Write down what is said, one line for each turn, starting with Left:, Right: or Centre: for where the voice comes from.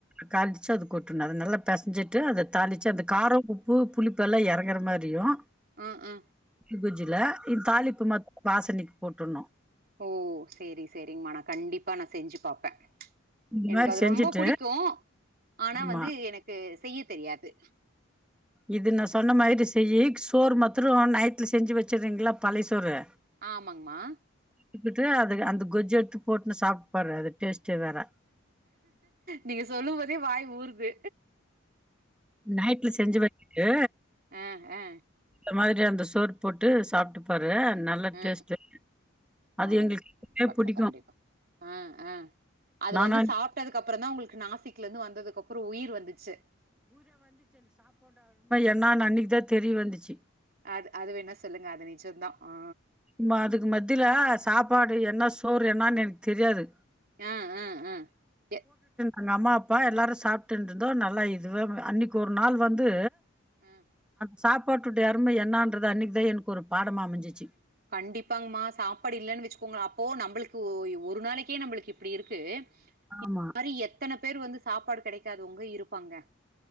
Centre: காலிச்சு அது கொட்டுனது நல்ல பெசஞ்சி ட்டு அத தாளிச்சு அந்த காரம் உப் பூ புளிப்பெல்லா இறங்கிற மாரியும்
Right: அ அ
Centre: வெஜ்ஜில இ தாலிப்பு மட் வாசனைக்கு போட்டுணும்
Right: ஓ சேரி சேரிங்கம்மா நான் கண்டிப்பா நான் செஞ்சு பாப்பன்
Centre: இந்த
Right: எனக்கு
Centre: மாரி
Right: அது
Centre: செஞ்சுட்டு
Right: ரொம்ப புடிக்கும் ஆனா
Centre: ஆமா
Right: வந்து எனக்கு செய்ய தெரியாது
Centre: இது நா சொன்ன மாரி செய்யி சோறு மத்திரோம் நைட்ல செஞ்சு வச்சிறிங்களா பழய சோறு
Right: ஆமாங்மா
Centre: த்துக்கிட்டு அது அந்த கொஜ் எடுத்து போட்டுன்னு சாப்பிட்டுப்பாரு அது டேஸ்ட்டே வேற
Right: நீங்க சொல்லும் போதே வாய் ஊருது
Centre: நைட்ல செஞ்சு வச்சிட்டு
Right: ஆ ஆ
Centre: இந்த மாரி அந்த சோர் போட்டு சாப்பிட்டு பாரு லா நல்ல
Right: ஆ
Centre: டேஸ்ட்டு அது
Right: ஆ
Centre: எங்களுக்குமே
Right: செஞ்சு பாக்குறேன்
Centre: புடிக்கு
Right: கண்டிப்பா அ அ அது
Centre: நானா
Right: வந்து சாப்பிட்டதுக்கு அப்பறோ தா உங்களுக்கு நாசிக்ல இருந்து வந்ததுக்கு அப்றோ உயிர் வந்துச்சு
Centre: என்னா அன்னைக்கு தா தெரிய வந்துச்சு
Right: அது அது வேணா சொல்லுங்க அது நிஜம்தான் ஆ
Centre: மா அதுக்கு மத்தில சாப்பாடு என்ன சோறு என்னனு எனக்கு தெரியாது
Right: ஆ ஆ ஆ எ
Centre: அங்க அம்மா அப்பா எல்லாரும் சாப்பிட்டுட்டுந்தோ நல்லா இதுவே அன்னைக்கு ஒரு நாள் வந்து
Right: ம்
Centre: சாப்பாட்டோட அரும என்னாங்கிரத அன்னைக்கு தா எனக்கு ஒரு பாடமா அமஞ்சிருச்சு
Right: கண்டிப்பாங்கமா சாப்பாடு இல்லன்னு வச்சுக்கோங்கள அப்போ நம்மளுக்கு ஒ ஒரு நாளைக்கே நம்மளுக்கு இப்டி இருக்கு
Centre: ஆமா
Right: இப் மாரி எத்தன பேர் வந்து சாப்பாடு கிடைக்காதவங்க இருப்பாங்க